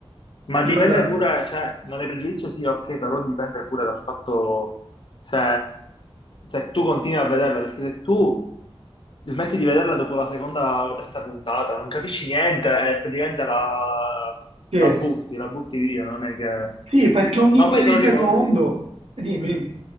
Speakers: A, on the left; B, on the right.
A: Ma dipende
B: Dipende.
A: pure, cioè, non è pregiudizio sì, ok, però dipende pure dal fatto se, se tu continui a vederla, perché se tu smetti di vederla dopo la seconda o terza puntata, non capisci niente e praticamente la,
B: Sì,
A: la butti, la butti via, non è che...
B: Sì, perché ogni
A: Ma
B: millisecondo.
A: poi te lo ricordi?
B: Dimmi,
A: Mm.
B: dimmi.